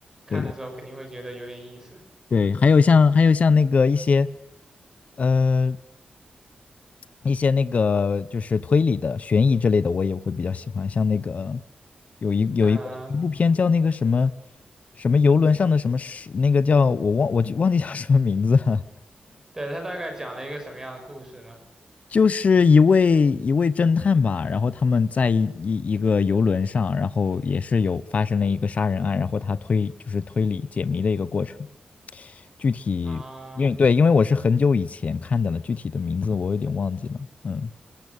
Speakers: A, on the right (about 15°); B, on the left (about 50°).
A: 看的时候肯定会觉得有点意思。
B: 对对对，还有像还有像那个一些，呃。一些那个就是推理的、悬疑之类的，我也会比较喜欢。像那个有一有一个一部片叫那个什么
A: 嗯、
B: 什么游轮上的什么事，那个叫我忘我就忘记叫什么名字了，
A: 对，它大概讲了一个什么样的故事呢？
B: 就是一位一位侦探吧，然后他们在一一个游轮上，然后也是有发生了一个杀人案，然后他推就是推理解谜的一个过程。具体因为对，
A: 啊
B: 因为我是很久以前看的了，具体的名字我有点忘记了。嗯。